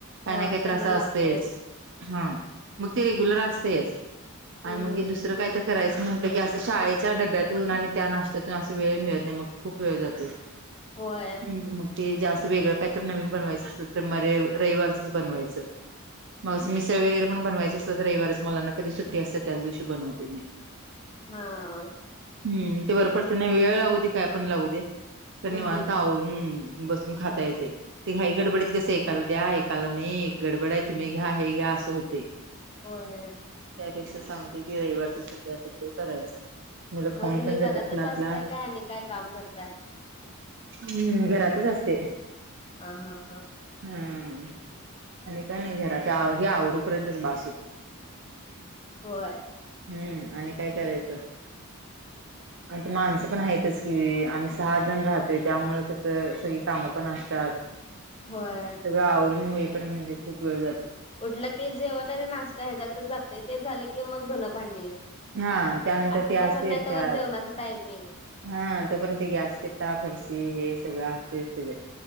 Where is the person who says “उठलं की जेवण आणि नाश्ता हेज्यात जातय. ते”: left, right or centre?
Left